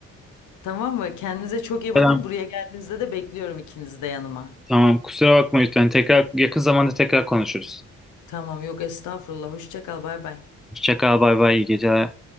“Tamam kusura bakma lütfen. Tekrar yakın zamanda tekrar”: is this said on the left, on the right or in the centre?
Centre